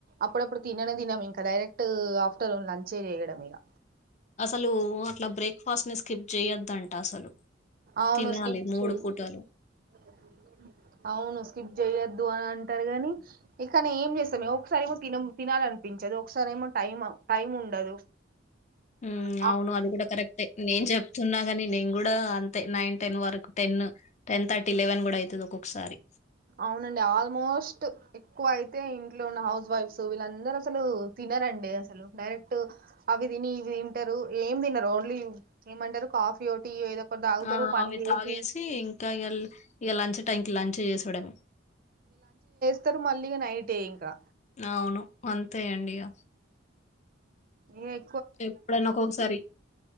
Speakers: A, on the right; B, on the left.
A: అప్పుడప్పుడు తిననే తినము ఇంకా డైరెక్ట్ ఆఫ్టర్ లంచే చేయడం ఇగ
B: అసలు అట్ల బ్రేక్ఫాస్ట్ని స్కిప్ చేయద్దంట అసలు
A: అవును
B: తినాలి
A: స్కిప్
B: మూడు
A: చెయ్
B: పూటలు.
A: <unintelligible> అవును స్కిప్ చెయద్దు అన్ అంటర్ గని ఇంక నేం చేస్తాంమే ఒకసార్ ఏమో తినం తినాల్ లన్పించదు ఒక్సార్ ఏమో టైం టైం ఉండదు.
B: హ్మ్.
A: ఆ
B: అవును అది కూడా కరెక్టే నేన్ చెప్తున్నా గని నేను గుడా అంతే నైన్ టెన్ వరకు టెన్ టెన్ థర్టీ లెవెన్ గుడా అయితది ఒక్కొక్సారి
A: అవునండి ఆల్మోస్ట్ ఎక్కువ అయితే ఇంట్లో ఉన్న హౌస్ వైఫ్స్ వీళ్ళందర్ అసలు తి తినరండి అసలు డైరెక్ట్ అవి తిని ఇవి తింటరు ఏ తినరు ఓన్లీ ఏమంటరు కా కాఫియో, టీయే ఏదో ఒకటి తాగుతారు
B: ఆ
A: పని
B: అవి
A: చేసి
B: తాగేసి ఇంకా ఎల్ ఇగ లంచ్ టైంకిి లంచ్ చేసడమే
A: స్తరు మళ్ళీ నైటే ఇంకా
B: అవును అంతే అండి ఇగ
A: ఏయ్
B: ఎప్పుడైనా ఒక్కొక్సారి